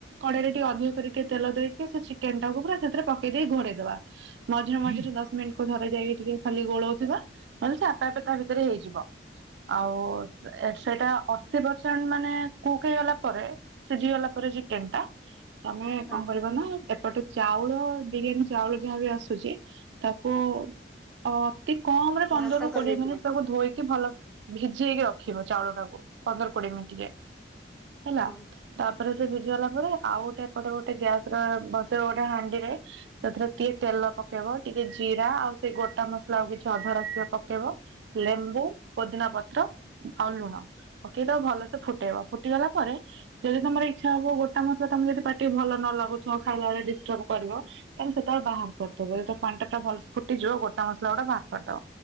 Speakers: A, on the right; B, in the centre.
A: କଡେଇରେ ଟିକେ ଅଧିକ କରିକି ତେଲ ଦେଇକି ସେ ଚିକେନ୍ ଟାକୁ ପୁରା ସେଥିରେ ପକେଇ ଦେଇ ଘୋଡେଇଦବା। ମଝିରେ ମଝିରେ ଦଶ ମିନିଟ୍ ଥରେ ଯାଇକି ଟିକେ ଖାଲି ଗୋଳଉ ଥିବା ନ ହେଲେ ସେ ଆପେ ଆପେ ତା ଭିତରେ ହେଇଯିବ। ଆଉ ସେ-ସେଇଟା ଅଶୀ ପରସେଣ୍ଟ୍ ମାନେ କୁକ୍ ହେଇଗଲା ପରେ ସିଜିଗଲା ପରେ ଚିକେନ୍ ଟା ତମେ
B: ହଁ
A: କଣ କରିବ ନା ଏପଟେ ଚାଉଳ ବିରିୟାନୀ ଚାଉଳ ଯାହା ବି ଆସୁଚି ତାକୁ ଅ -ଅତି କମ୍ ରେ ପନ୍ଦରରୁ
B: ଭାତ କରିଦେଇଥିବ
A: କୋଡିଏ ମିନିଟ୍ ତାକୁ ଧୋଇକି ଭଲ ଭିଜେଇକି ରଖିବ ଚାଉଳଟାକୁ ପନ୍ଦର କୋଡିଏ ମିନିଟ୍ ଯାଏ। ହେଲା
B: ହଁ
A: ତାପରେ ସେ ଭିଜି ଗଲା ପରେ ଆଉ ଗୋଟେ ଏପଟେ ଗୋଟେ ଗ୍ୟାସ୍ ର-ବସେଇବ ଗୋଟେ ହାଣ୍ଡିରେ ସେଥିରେ ଟିକେ ତେଲ ପକେଇବ ଟିକେ ଜିରା ଆଉ ସେଇ ଗୋଟା ମସଲା ଆଉ କିଛି ଅଧା ରଖିଥିବ ପକେଇବ ଲେମ୍ବୁ, ପୋଦିନା ପତ୍ର, ଆଉ ଲୁଣ ପକେଇ ଦବ ଭଲସେ ଫୁଟେଇବ ଫୁଟିଗଲା ପରେ ଯଦି ତମର ଇଚ୍ଛା ହବ ଗୋଟା ମସଲା ତମେ ଯଦି ପାଟିକି ଭଲ ନ ଲାଗୁଥିବ ଖାଇଲା ବେଳେ ଡିଷ୍ଟର୍ବ କରିବ ଏମତି ସେତେବେଳେ ବାହାର କରିଦବ ଯତେବେଳେ ପାଣି ଟା ପୁରା ଭଲସେ ଫୁଟିଯିବ ଗୋଟା ମସଲା ଗୁଡା ବାହାର କରିଦବ।